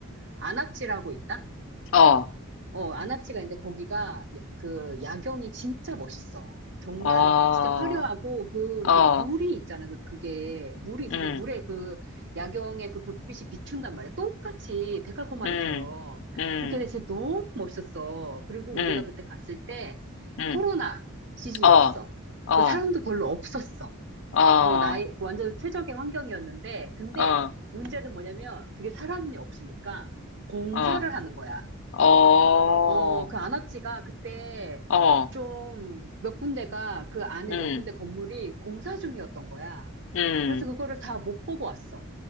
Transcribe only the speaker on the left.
어,
어,
어,
음,
음, 음,
음,
음,
어, 어,
어,
어,
어,
어,
어,
음,
음,